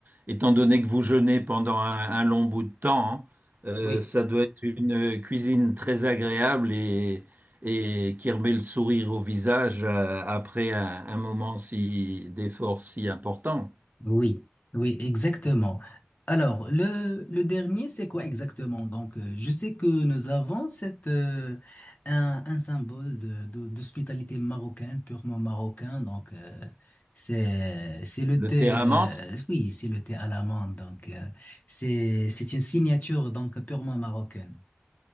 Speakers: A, on the right (about 45°); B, on the left (about 45°).
A: étant donné que vous jeûnez pendant un, un long bout de temps, hein, euh,
B: oui.
A: ça doit être une euh, cuisine très agréable et, et qui remet le sourire au visage euh, après un, un moment si, d'effort si important.
B: Oui, oui, exactement. Alors, le, le dernier, c'est quoi exactement? Donc, euh, je sais que nous avons cette, euh, un, un symbole de, de- d'hospitalité marocaine, purement marocain. Donc, euh, c'est, c'est le
A: Le
B: thé,
A: thé à
B: euh,
A: la menthe,
B: oui, c'est le thé à l'amande. Donc, euh, c'est, c'est une signature donc purement marocaine.